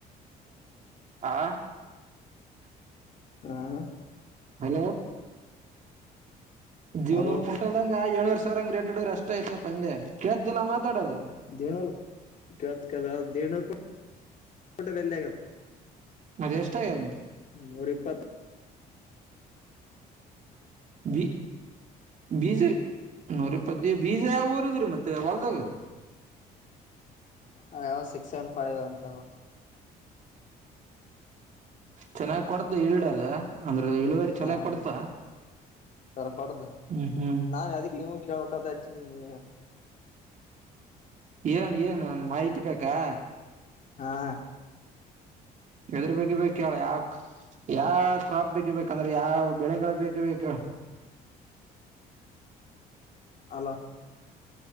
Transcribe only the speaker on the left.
ಹ್ಮ್ <inaudible>
ಹಲೋ
ದೇನು ಕತ್ ಕದ ದೇನೂರ್ <unintelligible> ಅ ಬಲ್ಲೆಗೆ
ನೂರುಇಪತ್ತು..
ಅದ ಸಿಕ್ಸ್ ನ್ ಫೈವ್ ಅಂತ
ಹಾ
ಸರ ಹೊಡ್ದ್
ನಾನ ಅದಿಕ್ ನೀವು ಕೇಳ್ಬೇಕಂತ ನೀ..
ಹಾ
ಹಲೋ